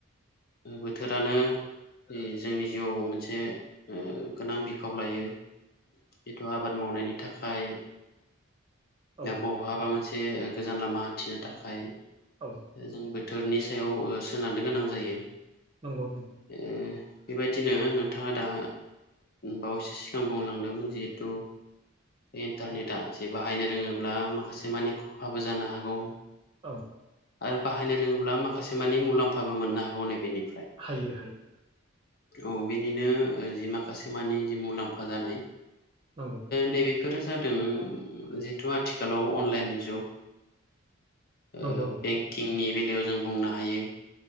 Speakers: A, on the left (about 45°); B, on the right (about 25°).
A: बोथोरानो जोंनि जिउआव मोनसे ओ गोनां बिफाव लायो। बेथ' आबाद मावनायनि थाखाय
B: औ
A: बहाबा मोनसे गोजान लामा हान्थिनो थाखाय
B: औ
A: जों बोथोरनि सायाव ओ सोनारनो गोनां जायो।
B: नंगौ नंगौ
A: ओ बेबायदिनो नोंथाङा दा बावैसो सिगां बुंलांदोंमोन जिहेथु इन्टारनेटआ जे बाहायनो रोङोब्ला माखासे मानि खहाबो जानो हागौ।
B: औ।
A: आरो बाहायनो रोङोब्ला माखासे मानि मुलाम्फाबो मोननो हागौ होन्नाय बायदि।
B: हायो हायो।
A: औ बेनिनो जि माखासे मानिे जि मुलाम्फा जानाय
B: नंगौ
A: नैबेफोर जादों जिहेथु आथिखालाव अनलाइननि जुग
B: नंगौ नंगौ
A: बेंकिंनि बेलायाव जों बुंनो हायो